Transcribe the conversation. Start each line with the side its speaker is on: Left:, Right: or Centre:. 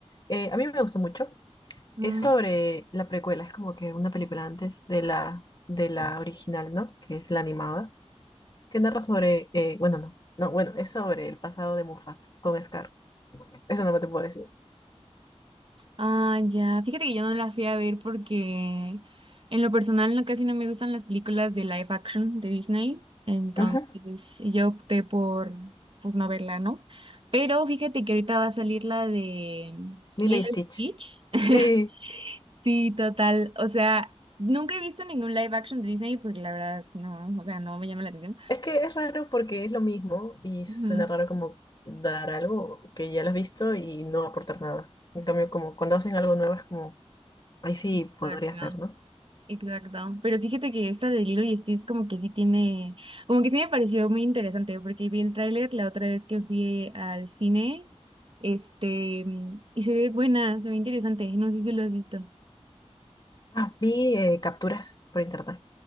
Left: Eh, a mí me gustó mucho.
Right: Mm.
Left: Es sobre la precuela, es como que una película antes de la, de la original, ¿no? Que es la animada. que narra sobre, eh, bueno, no, no, bueno, es sobre el pasado de Mufasa con Scar. Eso no me te puedo decir.
Right: Ah, ya. Fíjate que yo no la fui a ver porque en lo personal no casi no me gustan las películas de live action de Disney. Entonces
Left: Ujú.
Right: yo opté por pues no verla, ¿no? Pero fíjate que ahorita va a salir la de
Left: Lilo
Right: Lilo
Left: y Stitch.
Right: y Stitch. <laughs>
Left: Sí,
Right: Sí, total. O sea, nunca he visto ningún live action de Disney porque la verdad no, o sea, no me llama la atención.
Left: es que es raro porque es lo mismo y suena
Right: Ujú.
Left: raro como dar algo que ya lo has visto y no aportar nada. En cambio, como cuando hacen algo nuevo es como, ahí sí
Right: Exacto.
Left: podría ser, ¿no?
Right: Exacto, pero fíjate que esta de Lilo y Stitch como que sí tiene, como que sí me pareció muy interesante porque vi el tráiler la otra vez que fui al cine, este, mm, y se ve buena, se ve interesante, no sé si lo has visto,
Left: Ah, vi eh, capturas por internet.